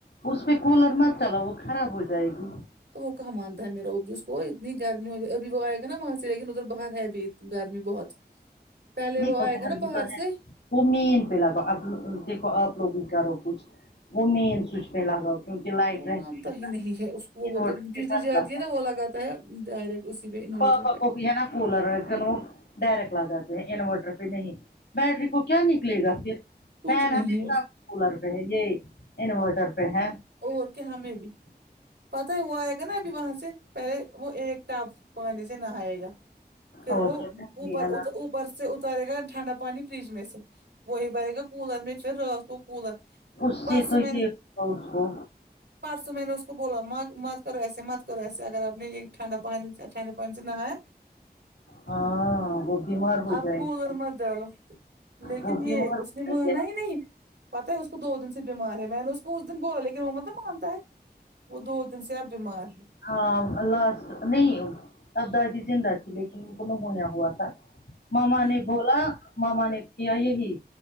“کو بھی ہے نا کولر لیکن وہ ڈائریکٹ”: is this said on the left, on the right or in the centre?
Left